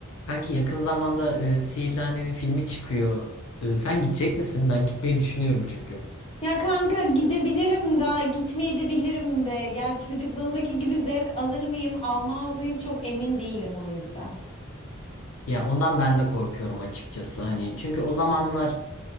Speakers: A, on the left; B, on the left.
A: Kanki yakın zamanda e, Sihirli Annem'in filmi çıkıyor. E, sen gidecek misin? Ben gitmeyi düşünüyorum çünkü.
B: Ya kanka gidebilirim da gitmeyebilirim de. Yani çocukluğumdaki gibi zevk alır mıyım, almaz mıyım çok emin değilim o yüzden.
A: Ya ondan ben de korkuyorum açıkçası. Hani çünkü o zamanlar